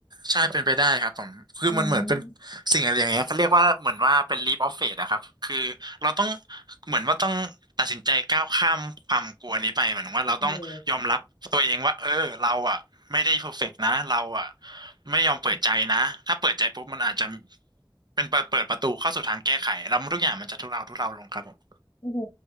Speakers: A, on the right (about 60°); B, on the left (about 70°).
A: ใช่เป็นไปได้ครับผมคือมันเหมือนเป็น
B: อืม
A: สิ่งอะไรอย่างเงี้ยเขาเรียกว่าเหมือนว่าเป็น leap of faith อะครับคือเราต้องเหมือนว่าต้องตัดสินใจก้าวข้ามความกลัวนี้ไปเหมือนว่าเราต้องยอมรับตัวเองว่าเออเราอะไม่ได้
B: โอ้โห
A: perfect นะเราอะไม่ยอมเปิดใจนะถ้าเปิดใจปุ๊บมันอาจจะเป็นเปิดเปิดประตูเข้าสู่ทางแก้ไขแล้วทุกอย่างมันจะทุเลาทุเลาลงครับผม
B: โอ้โห